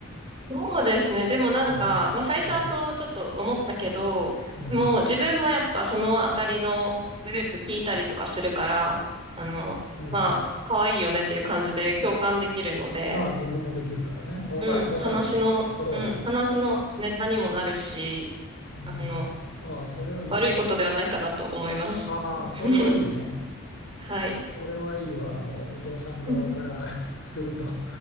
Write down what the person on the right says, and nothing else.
そうですね。でもなんか、
まあ最初はそうちょっと思ったけど、
もう自分もやっぱそのあたりのグループ聞いたりとかするから、あの、
まあ、可愛いよねっていう感じで共感できるので、
うん、
話の、うん、話のネタにもなるし、
あの、
悪いことではないかなと思います。
<laughs> はい。
<laughs>